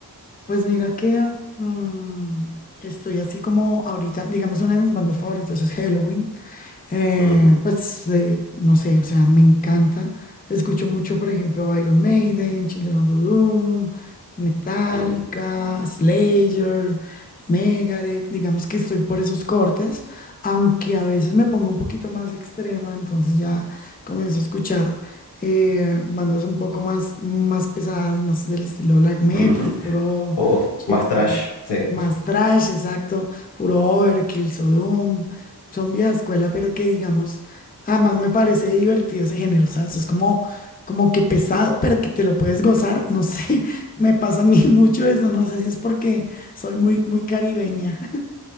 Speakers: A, on the left; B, on the left.
A: Pues mira que mm, estoy así como ahorita, digamos, una de mis bandas favoritas es Halloween. Eh,
B: Ujú,
A: pues eh, no sé, o sea, me encanta. Escucho mucho, por ejemplo, Iron Maiden, Children of a Doom, Metallica,
B: ujú,
A: Slayer, Megadeth. Digamos que estoy por esos cortes, aunque a veces me pongo un poquito más extrema, entonces ya comienzo a escuchar eh, bandas un poco más, más pesadas, más del estilo black metal,
B: ujú. <laughs>
A: puro
B: Oh,
A: Sí,
B: más trash, sí.
A: Más trash, exacto, puro Overkill, Sodom, son vieja escuela, pero que digamos, además me parece divertido ese género, ¿sabes? Es como, como que pesado, pero que te lo puedes gozar, no sé, <laughs> me pasa a mí mucho eso, no sé si es porque soy muy, muy caribeña,